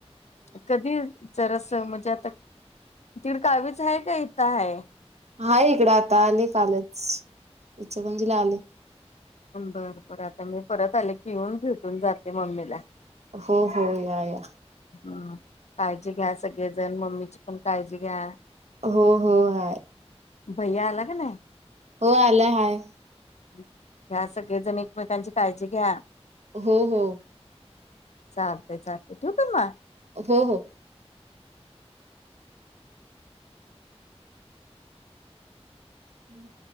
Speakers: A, on the left; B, on the right.
A: कधी जर अस म्हणजे आता तिड गावीच आहे का मग इथं हाय
B: हाय इकडं आता अले कालंच आलेच तिचं म्हणजीला आले
A: बर बर आता मी परत आले की येऊन भेटून जाते मम्मीला
B: हो हो या या
A: हम्म काळजी घ्या सगळेजण मम्मीची पण काळजी घ्या
B: हो -हो हाय
A: भैया आला का नाय
B: हो आला हाय-
A: घ्या सगळेजण एकमेकांची काळजी घ्या.
B: हो -हो
A: चालतय- चालतय ठूका मग-
B: हो- हो ह-